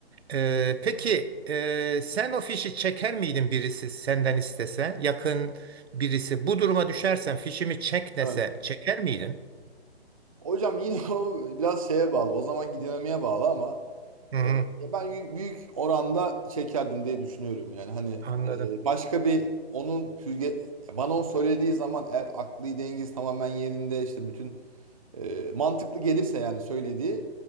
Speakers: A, on the right (about 70°); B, on the right (about 35°).
A: E, peki e, sen o fişi çeker miydin birisi senden istese yakın birisi bu duruma düşersen fişimi çek dese
B: Evet.
A: çeker miydin?
B: Hocam yine <laughs> o biraz şeye bağlı. O zamanki dinamiğe bağlı ama
A: Hı hı,
B: e, ya ben y- büyük oranda çekerdim diye düşünüyorum yani. Hani
A: anladım
B: e, başka bir onun süzge ya bana o söylediği zaman eğer aklı dengesi tamamen yerinde işte bütün e, mantıklı gelirse yani söylediği